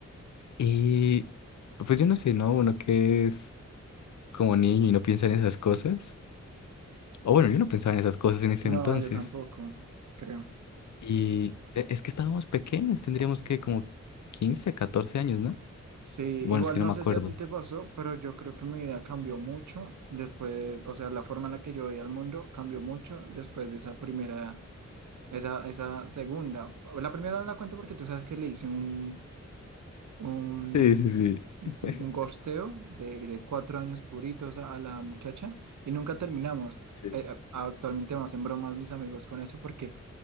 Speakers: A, on the left; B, on the right.
A: y pues yo no sé, ¿no? Uno que es como niño y no piensa en esas cosas, o bueno, yo no pensaba en esas cosas en ese
B: No,
A: entonces,
B: yo tampoco, creo.
A: y e- es que estábamos pequeños, tendríamos que como 15 14 años, ¿no?
B: Sí,
A: Bueno,
B: igual
A: es que no
B: no
A: me
B: sé
A: acuerdo.
B: si a ti te pasó, pero yo creo que mi vida cambió mucho después, o sea, la forma en la que yo veía el mundo cambió mucho después de esa primera, esa, esa segunda. La primera no la cuento porque tú sabes que le hice un, un,
A: Sí, sí, sí.
B: un
A: <laughs>
B: gosteo de, de cuatro años puritos a, a la muchacha y nunca terminamos.
A: Sí.
B: Eh, eh, actualmente me hacen bromas mis amigos con eso porque